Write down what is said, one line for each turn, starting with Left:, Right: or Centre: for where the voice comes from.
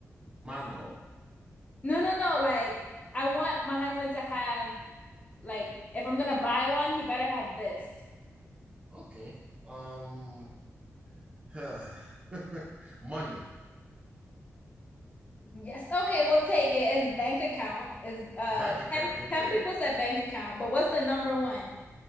Right: manual.
Left: No, no, no. Like, I want my husband to have, like, if I'm gonna buy one, he better have this.
Right: Okay. Um. <sighs> Money,
Left: Yes. Okay, we'll take it. It's bank account. Is uh
Right: bank accounts.
Left: 10,
Right: Okay,
Left: 10 people said bank account, but what's the number one?